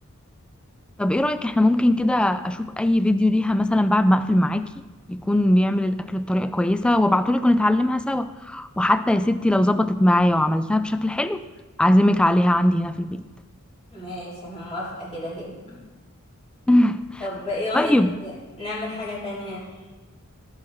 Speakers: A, in the centre; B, on the left (about 30°).
A: طب ايه رأيك احنا ممكن كده اشوف اي فيديو ليها مثلا بعد ما اقفل معاكي يكون بيعمل الاكل بطريقة كويسة وابعتهولك ونتعلمها سوا وحتى يا ستي لو ظبطت معايا وعملتها بشكل حلو اعزمك عليها عندي هنا في البيت
B: ماشي انا موافقه كده كده
A: <laughs>
B: طب ايه رايك
A: طيب
B: نعمل حاجه تانية